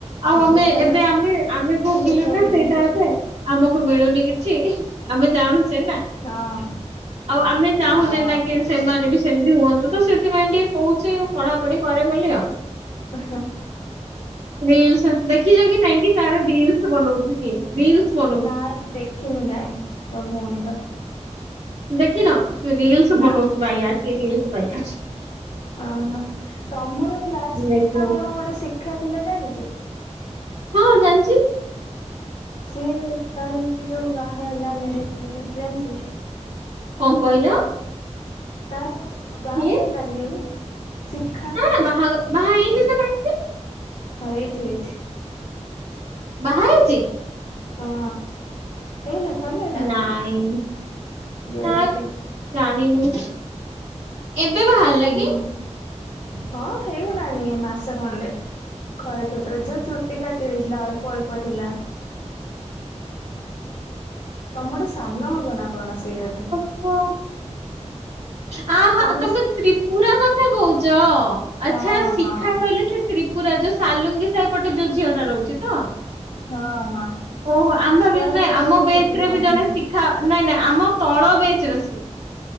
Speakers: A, on the right; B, on the left.
A: ଆଉ ଆମେ
B: ହଉ ଛାଡ
A: ଏବେ ଆମେ ଆମେ ଭୋଗିଲୁ
B: ଯେତେବେଳେ
A: ନା ସେଇଟା
B: ଯେମିତି
A: ଏବେ ଆମକୁ ମିଳୁନି କିଛି। ଆମେ ଜାଣୁଛେ ନା
B: ହଁ।
A: ଆଉ ଆମେ ଚାହୁଁନେ
B: ହଁ
A: ନା କି ସେମାନେ ବି ସେମିତି ହୁଅନ୍ତୁ ତ ସେଥିପାଇଁ ଟିକେ କହୁଛି ପଢାପଢି କରେ ବୋଲି ଆଉ।
B: ଅ ହ।
A: ରିଲସ୍ ଦେଖିଛ କି ନାଇଁ କି ତାର ଡିଲସ୍ ବନଉଛି ସେ ଡିଲସ୍ ବ
B: ନାଇଁ ମୁଁ ଦେଖିନି ନାଇଁ ତୋ ଭୋଉଣୀର।
A: ଦେଖିନ ସେ ରିଲସ୍
B: ନା।
A: ବନଉଚି ବାୟା ସେ ରିଲସ୍ ବାୟା।
B: ଅହ ତମର କ୍ଲାସମେଟେ
A: ଦେଖିବ
B: ନା କଣ ଗୋଟେ ଶିକ୍ଷା ଥିଲା ଜାଣିଚୁ?
A: ହଁ ଜାଣିଚି।
B: ସିଏ ତାର ବି ଯୋଉ ବାହା ହେଲା ମେରେଜ୍ ହେଲାତୁ ଜାଣିଚୁ?
A: କଣ କହିଲ?
B: ତାର
A: ସିଏ
B: ବାହାଘର ହେଲାନିକି ଏବେ ଶିକ୍ଷା।
A: ନା ବାହା ବାହା ହେଇନି ତ କାଇଁ?
B: ହଁ ହେଇଚି ହେଇଚି।
A: ବାହା ହେଇଛି?
B: ହଁ ହେଇଲା ତଲେଡା
A: ନାଇଁ
B: ଦିଅ
A: ନାଇଁ
B: ଜଲଦି।
A: ଜାଣିନି ଏବେ ବାହାରହେଲା
B: ହୁଁ
A: କି?
B: ହଁ ହେଇଗଲାଣିି ମାସେ ଖଣ୍ଡେ। ଖରା ଛୋଟିରେ ଯୋଉ ଚୁଟି କାଟି ଦେଇଥିଲା ଅଳ୍ପ ଅଳ୍ପ ଥିଲା। ତମଟୁ ସାନ ହବ ନା କଣ ସିଏ ବୋଧେ।
A: ହଁ।
B: <inaudible>
A: ଆ ହା
B: ତମର
A: ତମେ ତ୍ରିପୁରା କଥା କହୁଚ
B: ହଁ
A: ଆଚ୍ଛା ଶିଖା
B: ହଁ
A: କହିଲ ଟେ ତ୍ରିପୁରା ଯୋଉ ସାଲୁଙ୍ଗି ସାହି ପଟେ ଯୋଉ ଝିଅ ଟା ରହୁଛି ତ।
B: ହଁ ହଁ।
A: ଓହୋ ଆମ
B: ସେ
A: ବି
B: ଆଉ
A: ନାଇଁ
B: ସେଇଠି
A: ଆମ
B: ରହୁଛି
A: ବେଚ
B: କି
A: ରେ
B: ରହୁନି।
A: ବି ଜଣେ ଶିଖା ନାଇଁ ନାଇଁ ଆମ ତଳ ବେଚ ରେ ସିଏ।